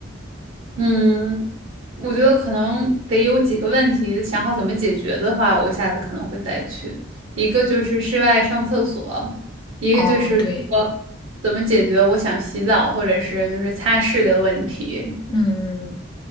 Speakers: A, on the right; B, on the left.
A: 嗯，我觉得可能得有几个问题，想好怎么解决的话，我下次可能会再去。一个就是室外上厕所，一个就是说
B: 哦，对，
A: 怎么解决我想洗澡或者是就是擦拭的问题。
B: 嗯，